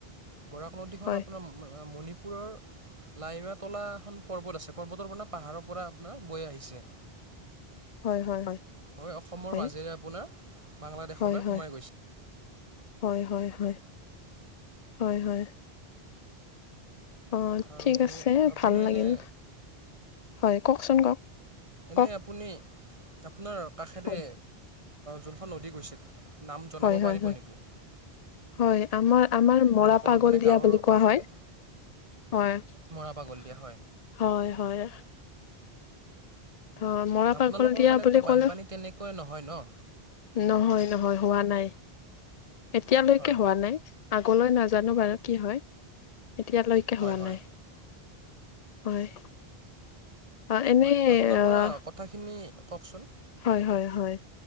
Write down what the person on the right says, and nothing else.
বৰাক নদীখন
আপোনাৰ মণিপুৰৰ লাইমা তলা এখন পৰ্বত আছে পৰ্বতৰ পৰা পাহাৰৰ পৰা আপোনাৰ বৈ আহিছে।
হয় অসমৰ
মাজেৰে আপোনাৰ বাংলাদেশলৈ
সোমাই গৈছে।
আৰু
আপুনি
এনে
এনে
আপুনি আপোনাৰ কাষেৰে
যোনখন নদী গৈছে। নাম জনাব
পাৰিব
নেকি?
আপোনালোকৰ
মানে
গাঁৱৰ
কাষেৰে
মৰা পাগল দিয়া
আপোনালোকৰ
ফালে‌টো
বানপানী
তেনেকুৱাই নহয় ন।
হয়
হয়
হয়
হয় আপোনাৰ পৰা
কথাখিনি কওকচোন।